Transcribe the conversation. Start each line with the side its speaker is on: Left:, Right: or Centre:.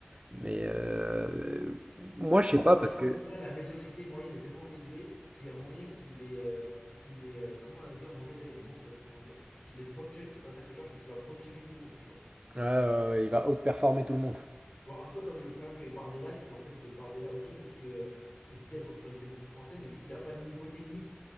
Right: Mais euh, moi je sais
Left: Ouais,
Right: pas
Left: mais
Right: parce
Left: je pense
Right: que
Left: que là, la médiocrité moyenne est tellement élevée qu'il y a moyen qu'il est. euh, qu'il les, euh, comment on a dit en anglais déjà, il y a un mot pour ça en anglais, qu'il est fraud-check, c'est pas ça que je cherche, mais qu'il va fraud-checker tout le monde, tu vois.
Right: ouais, ouais, ouais, il va outperformer tout le monde.
Left: Tu vois, un peu comme le problème qu'a eu Bardella, qui en fait de Bardella, ok, peut-être que euh, ses idées, elles correspondent à des idées beaucoup de Français, mais vu qu'il a pas le niveau technique,